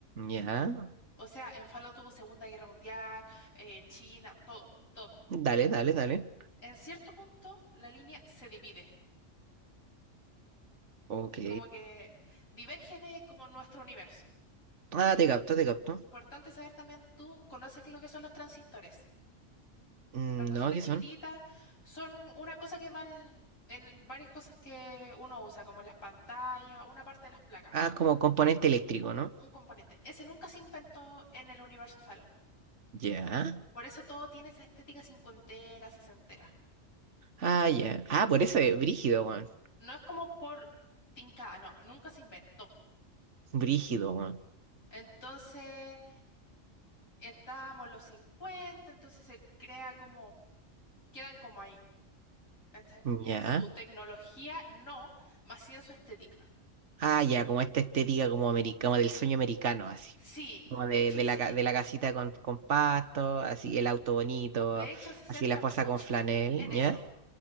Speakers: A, on the right; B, on the left.
A: ya.
B: O sea, en Fallout tuvo Segunda Guerra Mundial, eh, China, todo, todo.
A: Dale, dale, dale.
B: En cierto punto, la línea se divide
A: Ok.
B: y como que diverge de como nuestro universo.
A: Ah,
B: Im-
A: te capto, te capto.
B: Importante saber también, ¿tú conoces lo que son los transistores?
A: Mm,
B: Las cositas
A: No, ¿qué
B: chiquititas
A: son?
B: son una cosa que van en varias cosas que uno usa, como las pantallas, una parte de las placas,
A: Ah, como componente eléctrico, ¿no?
B: un componente. Ese nunca se inventó en el universo Fallout.
A: Ya.
B: Por eso todo tiene esa estética cincuentera, sesentera.
A: Ah, ya. Ah, por eso es brígido, weón.
B: No es como por tincada, no, nunca se inventó.
A: Brígido, weón.
B: Entonces, estábamos los 50 entonces se crea como, quedan como ahí, ¿cachai? En
A: Ya.
B: su tecnología, no, más sí en su estética.
A: Ah, ya, como esta estética como americana, como del sueño americano, así.
B: Sí,
A: Como
B: de
A: de,
B: hecho,
A: de
B: exigieron
A: la, ca- de la casita con, con pasto, así el auto bonito,
B: De hecho, se centra
A: así la esposa
B: mucho
A: con flanel,
B: en eso.
A: ¿ya?